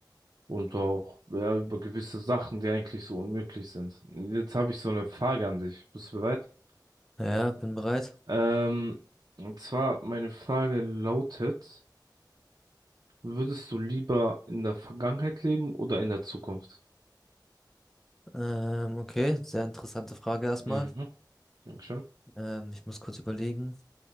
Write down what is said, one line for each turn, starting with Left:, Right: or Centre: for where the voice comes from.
Right: und auch ja, über gewisse Sachen, die eigentlich so unmöglich sind. Jetzt habe ich so eine Frage an dich. Bist du bereit?
Centre: Ja, bin bereit.
Right: Ähm, und zwar meine Frage lautet, würdest du lieber in der Vergangenheit leben oder in der Zukunft?
Centre: Ähm, okay, sehr interessante Frage erstmal.
Right: Mhm. Dankeschön.
Centre: Ähm, ich muss kurz überlegen.